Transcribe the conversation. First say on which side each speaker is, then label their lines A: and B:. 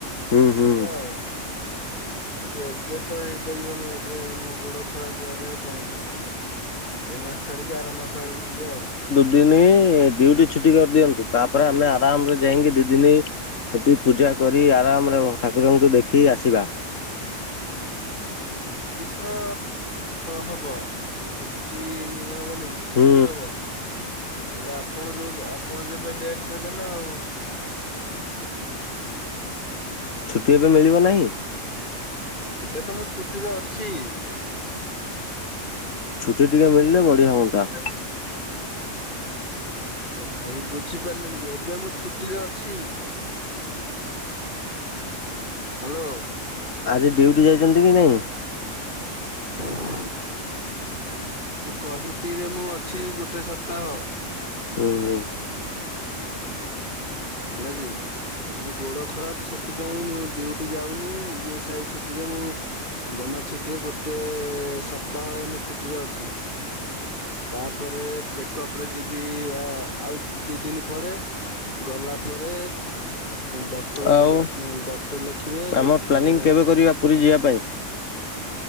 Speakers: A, on the left; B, on the left.
A: ହୁଁ ହୁଁ
B: ଯିବା ଆଉ। କିନ୍ତୁ ଏବେ ତ ହେଇପାରିବନି ଏବେ ଆମ ଗୋଡ ଖରାପ ଏବେ ହେଇପାରନି। ଏ ମାସ ଛାଡିକି ଆର ମାସ ଆଡକୁ ଯିବା ଆଉ।
A: ଦିନେ ଡିଉଟି ଛୁଟି କରିଦିଅନ୍ତୁ। ତାପରେ ଆମେ ଆରାମରେ ଯାଇକି ଦି ଦିନି। ସେଠି ପୂଜା କରି ଆରାମରେ ଠାକୁରଙ୍କୁ ଦେଖି ଆସିବା।
B: ଛୁଟି ତ ହବ। ଆଉ ଛୁଟି ହବନି କି। ଛୁଟି
A: ହୁଁ।
B: ହବ। ହେଲେ ଆପଣ ଯୋଉ ଆପଣ ଯେବେ ଡେଟ୍ ଦେବେ ନା ଆଉ।
A: ଛୁଟି ଏବେ ମିଳିବ ନାହିଁ?
B: ଏବେ ତ ମୁଁ ଛୁଟିରେ ଅଛି।
A: ଛୁଟି ଟିକେ ମିଳିଲେ ବଢିଆ ହୁଅନ୍ତା।
B: ଏ ଭାଇ ବୁଝିପାରିଲେନି କି? ଏବେ ମୁଁ ଛୁଟିରେ ଅଛି। ହ୍ୟାଲୋ।
A: ଆଜି ଡିୟୁଟି ଯାଇଚନ୍ତି କି ନାଇଁ?
B: ହ <unintelligible> ମୁଁ କହ ଛୁଟି ରେ ମୁଁ ଅଛି ଗୋଟେ ସପ୍ତାହ।
A: ଉଁ ଉଁ।
B: ହେଲା କିି? ମୋ ଗୋଡ ଖରାପ୍ ସେଥିପାଇଁ ମୁଁ ଡିଉଟି ଯାଉନି ଇ ଏସ୍ ଆଇ ଛୁଟିରେ ମୁଁ- - ଗମେଣ୍ଟ ଛୁଟିରେ ଗୋଟେ ସପ୍ତାହ ଏନେ ଛୁଟିରେ ଅଛି। ତାପରେ ଚେକଅପ ରେ ଯିବି ଆଉ ଦି ଦିନି ପରେ। ଗଲା ପରେ ଡକ୍ଟର
A: ଆଉ
B: ଉଁ ଡକ୍ଟର ଲେଖିବେ
A: ଆମର ପ୍ଲାନିଂ
B: ମାନେ-
A: କେବେ
B: -
A: କରିବା ପୁରୀ ଯିବା ପାଇଁ।